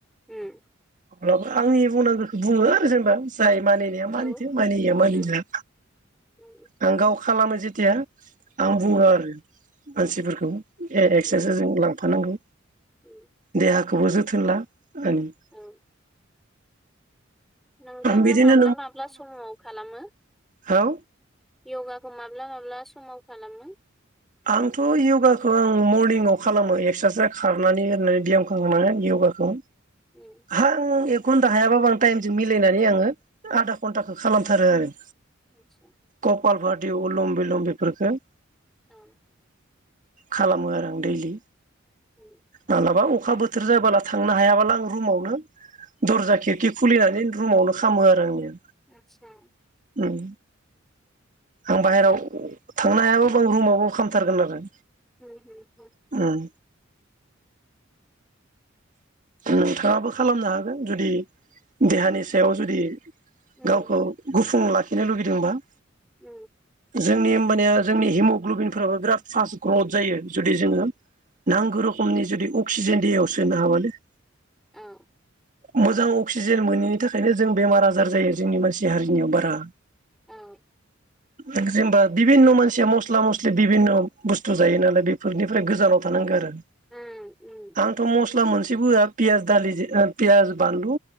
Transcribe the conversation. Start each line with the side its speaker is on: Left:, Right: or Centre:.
Centre: उम।
Right: अब्लाबो आंनि बुंनांगोखो बुङो आरो जेनेबा जाय मानिनाया मानिथो
Centre: औ
Right: मानिया मानिनाया
Centre: उम उम
Right: आं गाव खालामो जेथिया आं बुङो
Centre: उम
Right: आरो। मानसिफोरखौ ए एक्सारसारजिं
Centre: उम
Right: लांफानांगौ
Centre: उम
Right: देहा खौबो जोथोन ला आरो
Centre: औ। नोंथाङा
Right: बिदिनो
Centre: माब्ला माब्ला समाव खालामो?
Right: हेलौ।
Centre: यगाखौ माब्ला माब्ला समाव खालामो?
Right: आंथ' यगाखौ आं मरनिंआव खालामो एक्सारसाइस खारनानै ओरैनानै बियाम खालामनानै यगाखौ।
Centre: उम
Right: हां एक घन्टा हायाबाबो आं टाइमजों मिलायनानै आङो आधा घन्टाखौ खालामथारो आरो।
Centre: आतसा
Right: गपाल भाथ दे उलम बिलम बेफोरखो
Centre: औ
Right: खालामो आरो आं दैलि।
Centre: उम
Right: मालाबा अ अखा बोथोर जाबोला थांनो हायाबोला आं रुमावनो दरजा खिरखि खुलिनानै रुमावनो खामो आरो आंनिया।
Centre: आतसा।
Right: उम आं बाहेरायाव थांनो हायाबाबो रुमाव औ खालामथारगोन आरो।
Centre: ओम ओम।
Right: उम। नोंथाङाबो खालामनो हागोन जुदि देहानि सायाव
Centre: उम
Right: जुदि
Centre: उम
Right: गावखौ गुफुं लाखि खिनो लुगैदोंबा
Centre: औ।
Right: जोंनि होमबानिया जोंनि हिम'ग्ल'बिनफोराबो बिराद फास्ट ग्रथ जायो जुदि जोङो नांगो रोखोमनि जुदि अक्सिजेन देहायाव सो सोनो हाबालै
Centre: औ।
Right: मोजां अक्सिजेन मोनोनि थाखायनो जों बेमार आजार जायो जोंनि मानसि हारिनियाव बारा
Centre: औ।
Right: जेनेबा बिभिन्न' मानसिया मस्ला मस्लि बिभिन्न' बुस्थु जायो नालाय बेफोरनिफ्राय गोजानाव थानांगो आरो।
Centre: उम ओम।
Right: आंथ' मस्ला मोनसेबो होआ पियास दालि जे ओ पियास, बानलु,